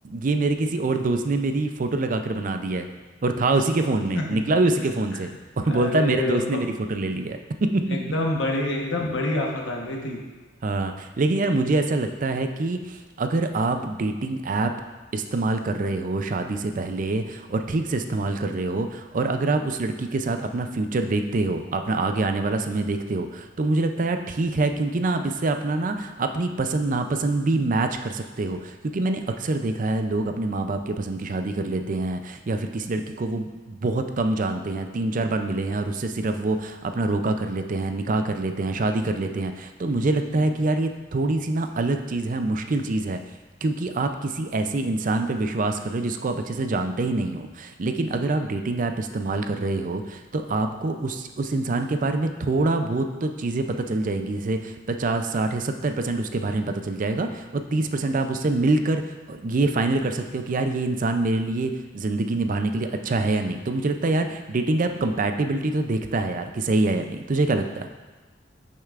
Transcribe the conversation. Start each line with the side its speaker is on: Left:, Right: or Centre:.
Right: ये मेरे किसी और दोस्त ने मेरी फोटो लगा कर बना दी है और था उसी के फ़ोन में
Left: <laughs>
Right: निकला भी उसी के फ़ोन से और
Left: अरे
Right: बोलता है मेरे दोस्त
Left: ब-
Right: ने मेरी फ़ोटो ले ली है <laughs>
Left: एकदम बड़ी एकदम बड़ी आफत आ गई थी
Right: हाँ लेकिन यार मुझे ऐसा लगता है कि अगर आप डेटिंग ऐप इस्तेमाल कर रहे हो शादी से पहले और ठीक से इस्तेमाल कर रहे हो और अगर आप उस लड़की के साथ अपना फ्यूचर देखते हो अपना आगे आने वाला समय देखते हो तो मुझे लगता है यार ठीक है क्योंकि ना आप इससे अपना ना अपनी पसंद नापसंद भी मैच कर सकते हो क्योंकि मैंने अक्सर देखा है लोग अपने माँ बाप के पसंद की शादी कर लेते हैं या फिर किसी लड़की को वो बहुत कम जानते हैं तीन चार बार मिले हैं और उससे सिर्फ वो अपना रोका कर लेते हैं निकाह कर लेते हैं शादी कर लेते हैं तो मुझे
Left: हम्म, हम्म,
Right: लगता
Left: हम्म,
Right: है कि यार ये थोड़ी सी ना अलग चीज़ है मुश्किल चीज़ है क्योंकि आप किसी ऐसे इंसान पे विश्वास कर रहे हो जिसको आप अच्छे से जानते ही नहीं हो लेकिन अगर आप डेटिंग ऐप इस्तेमाल कर रहे हो तो आपको उस उस इंसान के बारे में थोड़ा बहुत तो चीज़ें पता चल जाएंगी जैसे पचास साठ या सत्तर परसेंट उसके बारे में पता चल जाएगा और तीस परसेंट आप उससे मिलकर और ये फाइनल कर सकते हो कि यार ये इंसान मेरे लिए ज़िंदगी निभाने के लिए अच्छा है या नहीं तो मुझे लगता है यार डेटिंग ऐप कंपैटिबिलिटी तो देखता है यार कि सही है या नहीं तुझे क्या लगता